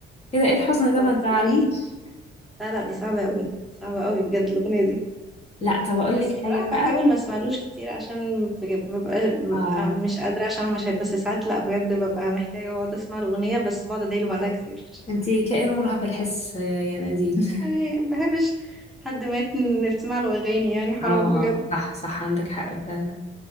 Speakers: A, on the left; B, in the centre.
A: ايه ده ايه الحزن
B: بتهزري
A: ده ما تزعلوش
B: لا لا دي صعبة قوي صعبة قوي بجد الأغنية دي
A: لا طب اقول
B: بس
A: لك
B: الصراحة
A: حاجه بقى
B: بحاول ما اسمعلوش كتير عشان بج- ببقى, ببقى
A: اه
B: مش قادرة عشان مش هي- بس ساعات لا بجد ببقى محتاجة اقعد اسمع الأغنية بس بقعد ادايله بعدها كتير
A: انتي كائن مرهف الحس يا يا نادين <laughs>
B: يعني ما بحبش حد مات نسمع له أغاني يعني حرام
A: اه
B: بجد
A: صح صح عندك حق فعلا